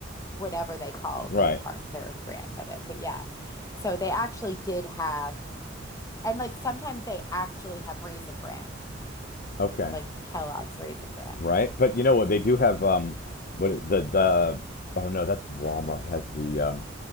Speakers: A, on the left; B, on the left.
A: whatever they call
B: Right.
A: their part, their brand of it. But yeah, so they actually did have, and like sometimes they actually have raisin bran,
B: Okay.
A: like Kellogg's raisin bran.
B: Right. But you know what? They do have um, what is- the the oh no, that's Walmart has the um,